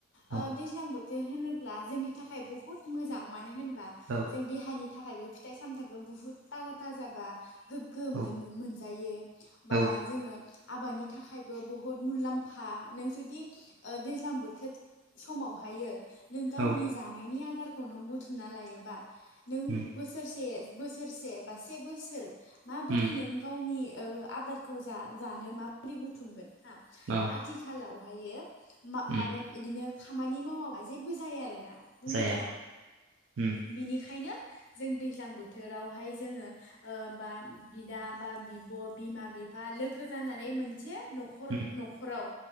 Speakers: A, on the right; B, on the left.
A: औ
B: ओ दैज्लां बोथ थे होनोब्ला जोंनि थाखाय बुह हुत मोजां मानो होन बा
A: औ
B: जों देहानि था खायबो फिथाइ सामथाइखो बुहुत थाजा थाजाबा गोग्गो
A: औ
B: मोन मोनजायो बा
A: औ
B: जोङो आबादनि थाखायबो बुहुत मुलाम्फ फा नों जुदि दैज्लां ओ बोथोर समावहायो नों गावनि
A: औ
B: जानायनि आर आदारखौ नों बुथुमना लायोबा नों
A: उम
B: बोसोरसे बोसोरसे बा से बोसोर माबोरै
A: उम
B: नों गावनि ओ आदारखौ जा-जानो माबोरै बुथुमगोन हा
A: औ
B: आथिखालाव हायो मा
A: उम
B: माने इदिनो खामानि मावाबा जेबो जाया आरोना बुंनो
A: जाया उम
B: बिनिखायनो जों दैज्लां बोथोरावहाय जोङो ओ बा बिदा बा बिब' बिमा बिफा लोगो जानानै मोन मोनसे न'खर
A: उम
B: न'खराव